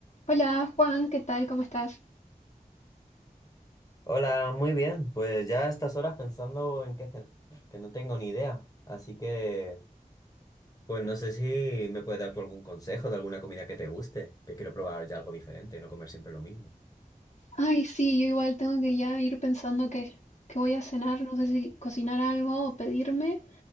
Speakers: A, on the left; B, on the left.
A: Hola Juan, ¿qué tal? ¿Cómo estás?
B: Hola, muy bien. Pues ya a estas horas pensando en qué hacer, que no tengo ni idea. Así que, pues no sé si me puedes dar tú algún consejo de alguna comida que te guste, que quiero probar ya algo diferente, no comer siempre lo mismo.
A: Ay, sí, yo igual tengo que ya ir pensando que, que voy a cenar, no sé si cocinar algo o pedirme.